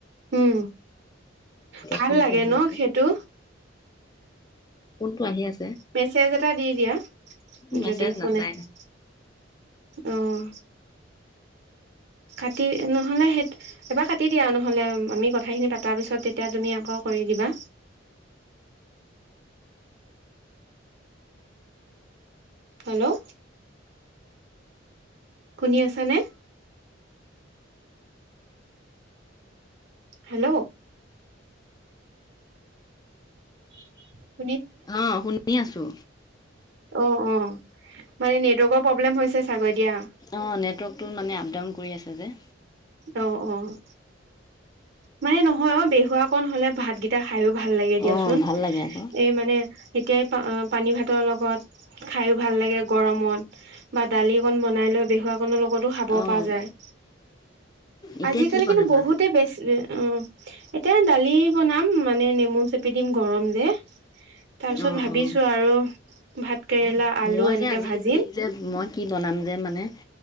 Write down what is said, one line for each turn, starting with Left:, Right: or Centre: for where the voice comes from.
Right: উম। ভাল
Left: ফোনটো
Right: লাগে
Left: আহি
Right: ন?
Left: আছে
Right: সেইটো
Left: ফোনটো আহি আছে
Right: মেছেজ এটা দি দিয়া,
Left: মেছেজ
Right: যদি ফোনে
Left: নাচায়
Right: আহিছে অঁ, কাটি। নহ'লে, সেই এবাৰ কাটি দিয়া। আৰু নহ'লে, আমি কথাখিনি পাতাৰ পিছত, তেতিয়া তুমি আকৌ কৰি দিবা হেল্ল' শুনি আছানে? হেল্ল' <unintelligible>
Left: অ', শুনি আছোঁ। ছো
Right: অ', অ'। মানে, নেটৱৰ্কৰ প্ৰব্লেম হৈছে চাগৈ দিয়া।
Left: অ', নেটৱৰ্কটো, মানে আপ-ডাউন কৰি আছে যে
Right: অ', অ'। মানে নহয়। অ', বেহুৱাকণ হ'লে, ভাতকেইটা খায়ো ভাল লাগে দিয়াচোন।
Left: অ ভাল লাগে আকৌ
Right: এই মানে এতিয়াই, আ, পানীভাতৰ লগত খায়ো ভাল লাগে গৰমত, বা, দালি অকণ বনাই লৈ, বেহুৱকণৰ লগতো খাব
Left: অ অ
Right: পাৰা যায়।
Left: এতিয়া
Right: আজিকালি,
Left: কি বনাবা?
Right: কিন্তু, বহুতে বেছে অ', এতিয়া দালি বনাম। মানে নেমু চেপি দিম, গৰম যে তাৰ পিছত
Left: অ',
Right: ভাবিছো
Left: অ'।
Right: আৰু ভাত কেৰেলা আলু
Left: মই
Right: এনেকে
Left: যে আজি
Right: ভাজিম
Left: কি যে মই কি বনাম যে মানে